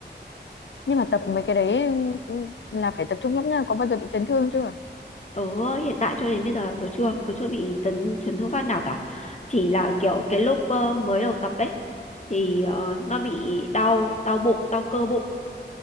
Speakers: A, on the left (about 80°); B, on the left (about 40°).
A: nhưng mà tập mấy cái đấy ừ, là phải tập trung lắm nha có bao giờ bị chấn thương chưa
B: tớ hiện tại cho đến bây giờ tớ chưa tớ chưa bị tấn chấn thương phát nào cả chỉ là kiểu cái lúc ờ, mới đầu tập ấy thì ờ, nó bị đau đau bụng đau cơ bụng